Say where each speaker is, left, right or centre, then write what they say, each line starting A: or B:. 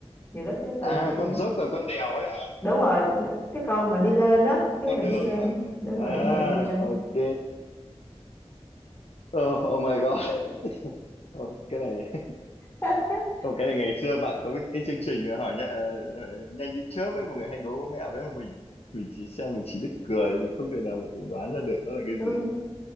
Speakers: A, on the left; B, on the left.
A: nhiều lúc chứ từ
B: à
A: địa phương
B: con dốc là con đèo ấy hả
A: đúng rồi nó- cái con mà đi lên á cái
B: con
A: mà đi
B: đường
A: lên
B: á
A: đúng
B: à
A: rồi đường đi lên
B: ok oh, oh my god <laughs> oh, cái này <laughs>
A: <laughs>
B: không cái này ngày xưa bạn có cái, cái chương trình hỏi nhá, ờ, nhanh như chớp ấy mọi người hay đố mẹo đấy mà mình mình chỉ xem mình chỉ biết cười thôi, mình không thể nào mà mình đoán ra được nó là cái
A: đúng.
B: gì
A: rồi.